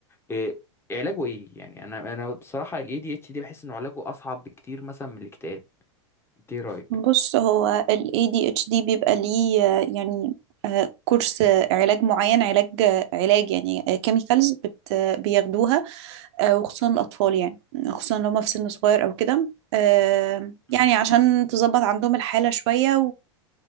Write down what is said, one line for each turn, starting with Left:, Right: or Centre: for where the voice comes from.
Left: إيه علاجه ايه يعني انا انا بصراحه الاي دي اتش دي بحس انه علاجه اصعب بكتير مثلا من الاكتئاب انت ايه رايك
Right: بص هو ال ADHD بيبقى ليه آه، يعني آه، كورس آه، علاج معين علاج آه، علاج يعني كيميكالز بت آه، بياخدوها آه، وخصوصا الأطفال يعني خصوصا لو هما في سن صغير أو كده آه، يعني
Left: مم.
Right: عشان تظبط عندهم الحالة شوية